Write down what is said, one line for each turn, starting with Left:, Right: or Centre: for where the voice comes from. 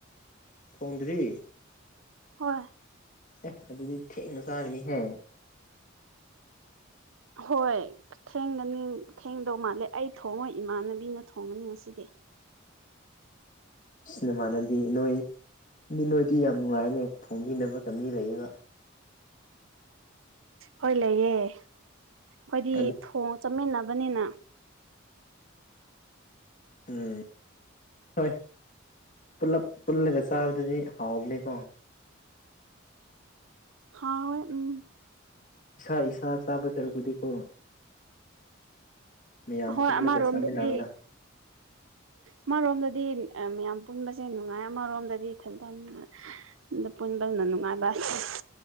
Left: ꯊꫭꯡꯗ꯭ꯔꯤ꯫
Right: ꯍꯣꯏ꯫
Left: ꯑꯦ ꯑꯗꯨꯗꯤ ꯊꯦꯡꯅ ꯆꯥꯒꯅꯤ ꯍꯦ꯫
Right: ꯍꯣꯏ ꯊꯦꯡꯒꯅꯤ ꯊꯦꯡꯗꯧ ꯃꯥꯜꯂꯦ ꯑꯩ ꯊꯣꯡꯉꯣꯏ ꯏꯃꯥꯟꯅꯕꯤꯅ ꯊꯣꯡꯉꯅꯤ ꯉꯁꯤꯗꯤ꯫
Left: ꯁ ꯅꯃꯥꯟꯅꯕꯤ ꯅꯣꯏ ꯃꯤ ꯅꯣꯏꯗꯤ ꯌꯥꯝ ꯅꯨꯡꯉꯥꯏꯅꯦ ꯊꯣꯡꯕꯤꯅꯕꯒ ꯃꯤ ꯂꯩꯌꯦꯕ꯫
Right: ꯍꯣꯏ ꯂꯩꯌꯦ ꯑꯩꯈꯣꯏꯗꯤ
Left: ꯑꯗꯨ
Right: ꯊꯣꯡ ꯆꯠꯃꯤꯟꯅꯕꯅꯤꯅ
Left: ꯎꯝ ꯍꯣꯏ ꯄꯨꯜꯂꯞ ꯄꯨꯜꯂꯒ ꯆꯥꯕꯗꯗꯤ ꯍꯥꯎꯕꯅꯤꯀꯣ꯫
Right: ꯍꯥꯎ ꯎꯝ꯫
Left: ꯏꯁꯥ ꯏꯁꯥ ꯆꯥꯕ ꯁꯔꯨꯛꯄꯨꯗꯤꯀꯣ꯫ ꯃꯌꯥꯝ
Right: ꯍꯣꯏ
Left: ꯄꯨꯜꯂꯒ
Right: ꯑꯃꯔꯣꯝꯗꯗꯤ
Left: ꯆꯥꯃꯥꯟꯅꯕꯅ
Right: ꯑꯃꯔꯣꯝꯗꯗꯤ ꯑ ꯃꯌꯥꯝ ꯄꯨꯟꯕꯁꯦ ꯅꯨꯡꯉꯥꯏ ꯑꯃꯔꯣꯝꯗꯗꯤ ꯏꯊꯟꯇꯅ ꯑꯗ ꯄꯨꯟꯕꯗꯨꯅ ꯅꯨꯡꯉꯥꯏꯕ꯫ <unintelligible>